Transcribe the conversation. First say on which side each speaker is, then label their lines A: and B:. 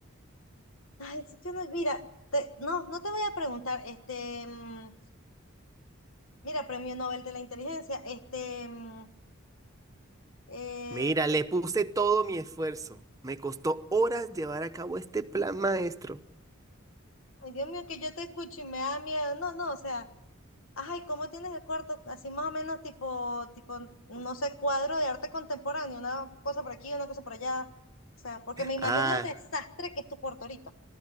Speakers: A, on the left; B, on the right.
A: Ay, sí, yo no, mira, te- no, no te voy a preguntar, este, mm, mira, premio Nobel de la inteligencia, este, mm, eh,
B: Mira, le puse todo mi esfuerzo. Me costó horas llevar a cabo este plan maestro.
A: ay, Dios mío, que yo te escucho y me da miedo. No, no, o sea, ay, ¿cómo tienes el cuarto? Así más o menos tipo, tipo, no sé, cuadro de arte contemporáneo, una cosa por aquí, una cosa por allá. O sea, porque me imagino
B: Ah,
A: el desastre que es tu cuarto ahorita.